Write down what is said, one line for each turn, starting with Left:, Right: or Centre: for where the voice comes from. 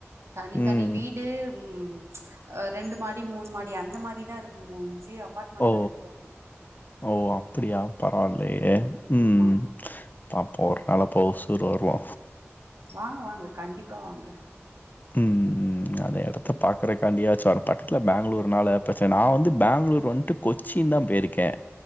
Right: தனி
Left: ம்.
Right: தனி வீடு உம் அ ரெண்டு மாடி மூணு மாடி அந்த மாரிதாரு மூஞ்சு அப்பாட்மெண்ட்லா
Left: ஓ!
Right: கடையாதுங்க
Left: ஓ அப்டியா பரவால்லையே
Right: ம்
Left: ம்
Right: ஆமா
Left: ஆப்ப்போர் நாள பௌசூர் வர்லோ
Right: வாங்க வாங்க கண்டிப்பா வாங்க
Left: ம் ம் அதே எடத்த பாக்கறக்காண்டியாச்சார் பக்த்துல பேங்ளூர்னால ப்ரச்சன நா வந்து பேங்ளூர் வந்ட்டு கொச்சின் தா போய்ருக்கே